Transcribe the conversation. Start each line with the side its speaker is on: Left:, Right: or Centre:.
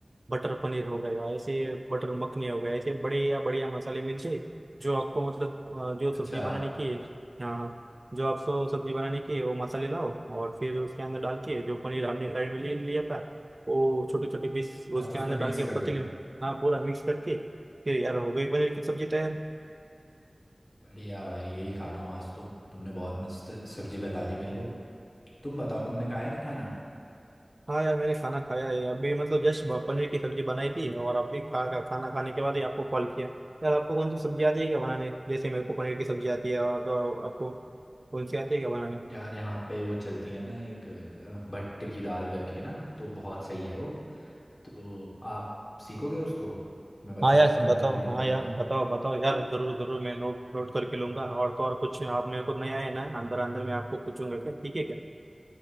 Right: बटर पनीर हो गया ऐसे बटर मखनी हो गया ऐसे बड़े या बढ़िया मसाले मिलते हैं, जो आपको मतलब अ, जो सब्जी
Left: अच्छा
Right: बनाने की है हाँ हाँ। जो आपको सब्जी बनाने की है वो मसाले लाओ और फिर उसके अंदर डाल के जो पनीर हमने साइड में ले लिया था वो छोटे छोटे पीस उसके
Left: हाँ उसमें
Right: अंदर
Left: मिक्स
Right: डाल के
Left: कर
Right: पतीली
Left: दूँ
Right: में, हाँ पूरा मिक्स करके फिर यार हो गई पनीर की सब्जी तैयार
Left: बढ़िया भाई यही खाता हूँ आज तो तुमने बहुत मस्त सब्जी बता दी मेरे को तुम बताओ तुमने खाया नहीं खाना
Right: हाँ यार मैंने खाना खाया है अभी मतलब जस्ट पनीर की सब्जी बनाई थी और आपने खा खा- खाना खाने के बाद ही आपको कॉल किया यार आपको कौन सी सब्जी आती है क्या बनाने जैसे मेरे को पनीर की सब्जी आती है और और आपको कौन सी आती है क्या बनाने
Left: यार यहाँ पे वो चलती है ना एक अ, भट्ट की दाल करके ना तो बहुत सही है वो तो आप सीखोगे उसको मैं बता
Right: हाँ यार
Left: सकता हूँ
Right: बताओ
Left: इंग्रेडिएंट
Right: हाँ
Left: वगैरह
Right: यार बताओ बताओ यार जरूर जरूर मैं नोट नोट करके लूंगा और तो और कुछ आप मेरे को नहीं आए ना अंदर अंदर मैं आपको पूछूंगा क्या ठीक है क्या